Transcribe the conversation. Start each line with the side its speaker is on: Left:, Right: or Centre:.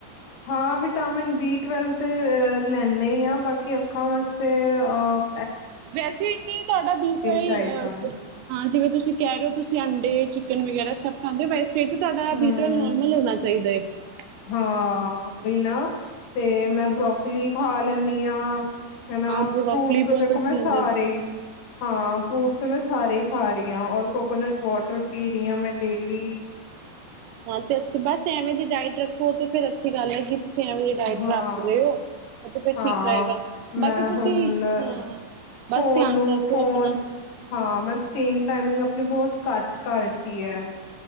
Left: ਹਾਂ ਵਿਟਾਮਿਨ ਬੀ ਟਵੈਲਵ ਤੇ ਅ ਲੈਂਦੇ ਹੀ ਹ ਬਾਕੀ ਅੱਖਾਂ ਵਾਸਤੇ ਆ
Right: ਵੈਸੇ ਇਥ ਤੁਹਾਡਾ ਬੀ ਟਵੇਲਵ
Left: ਚਾਹੀਦਾ
Right: ਹਾਂ ਜਿਵੇਂ ਤੁਸੀਂ ਕਹਿ ਰਹੇ ਹੋ ਤੁਸੀਂ ਅੰਡਾ ਚਿਕਨ ਵਗੈਰਾ ਸਭ ਖਾਂਦੇ ਓ ਫਿਰ ਤੁਹਾਡਾ
Left: ਹਮ
Right: ਬੀ ਟਵੇਲ ਨੋਰਮਲ ਹੋਣਾ ਚਾਹੀਦਾ ਹੈ
Left: ਹਾਂ ਓਹੀ ਨਾ ਤੇ ਮੈਂ ਬਰੋਕਲੀ ਖਾ ਲੈਂਨੀ ਹਾਂ ਹਨਾ
Right: ਹਾਂ
Left: ਫਰੂਟਸ
Right: ਬਰੋਕਲੀ ਬਹੁਤ
Left: ਦੇਖੋ
Right: ਅੱਛੀ
Left: ਮੈਂ
Right: ਹੁੰਦੀ
Left: ਸਾਰੇ
Right: ਹੈ
Left: ਹੀ ਹਾਂ ਫਰੂਟਸ ਮੈਂ ਸਾਰੇ ਹੀ ਖਾ ਰਹੀ ਹਾਂ ਔਰ ਕੋਕੋਨਟ ਵਾਟਰ ਪੀ ਰਹੀ ਹਾਂ ਮੈਂ ਡੇਲੀ <inaudible>
Right: ਹਾਂ ਤੇ ਅੱਛੀ ਬਸ ਐਵੇਂ ਦੀ ਡਾਇਟ ਰੱਖੋ ਤੇ ਫੇਰ ਅੱਛੀ ਗੱਲ ਹੈ ਕਿ ਤੁਸੀ ਤੁਸੀ ਐਵੇਂ ਜਿਹੀ ਡਾਇਟ
Left: ਹਾਂ
Right: ਰੱਖ ਲਿਓ ਤੇ ਫਿਰ
Left: ਹਾਂ
Right: ਠੀਕ ਰਹੇਗਾ ਬਾਕੀ
Left: ਮੈਂ
Right: ਤੁਸੀਂ
Left: ਹੁਣ
Right: ਹਮ ਬਸ
Left: ਫੋਨ
Right: ਧਿਆਨ
Left: ਨੂੰ
Right: ਰੱਖੋ
Left: ਫੋਨ
Right: ਆਪਣਾ
Left: ਹਾਂ ਮੈਂ ਸਕ੍ਰਰੀਨ ਟਾਈਮਿੰਗ ਆਪਣੀ ਬਹੁਤ ਘੱਟ ਕਰਤੀ ਹੈ